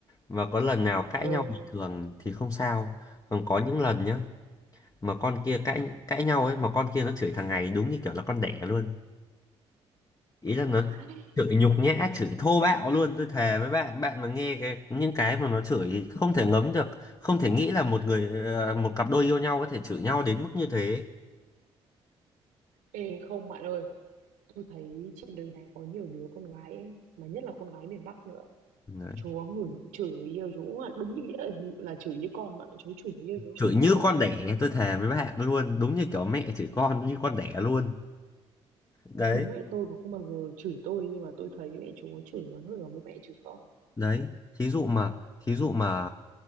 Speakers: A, on the left; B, on the right.
A: và có lần nào cãi
B: Ừ,
A: nhau bình thường thì không sao còn có những lần nhá mà con kia cãi cãi nhau ấy mà con kia nó chửi thằng này đúng như kiểu là con đẻ luôn ý là nó
B: vãi.
A: chửi nhục nhã chửi thô bạo luôn tôi thề với bạn bạn mà nghe cái những cái mà nó chửi thì không thể ngấm được không thể nghĩ là một người ờ, một cặp đôi yêu nhau có thể chửi nhau đến mức như thế
B: Ê, không bạn ơi, tôi thấy trên đời này có nhiều đứa con gái ấy, mà nhất là con gái miền Bắc nữa.
A: đấy
B: Chúa ngửi chửi yêu chú mà đúng như nghĩa là, là chửi như con bạn, ạ. chú chửi yêu chú chửi
A: chửi
B: như
A: như
B: con
A: con
B: ấy.
A: đẻ tôi thề với bạn luôn đúng như kiểu mẹ chửi con như con đẻ luôn đấy
B: Bố mẹ tôi cũng không bao giờ chửi tôi nhưng mà tôi thấy mẹ chú chửi còn hơn là bố mẹ chửi con.
A: đấy thí dụ mà thí dụ mà